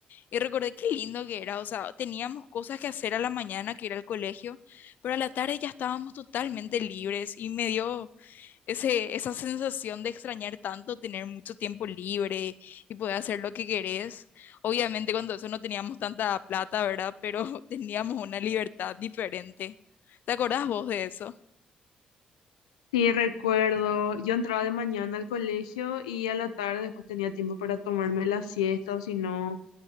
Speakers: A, on the left; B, on the left.
A: Y recordé qué lindo que era, o sea, teníamos cosas que hacer a la mañana, que era el colegio, pero a la tarde ya estábamos totalmente libres y me dio ese, esa sensación de extrañar tanto tener mucho tiempo libre y poder hacer lo que querés. Obviamente cuando eso no teníamos tanta plata, ¿verdad? Pero <laughs> teníamos una libertad diferente. ¿Te acordás vos de eso?
B: Sí, recuerdo, yo entraba de mañana al colegio y a la tarde después tenía tiempo para tomarme la siesta o si no,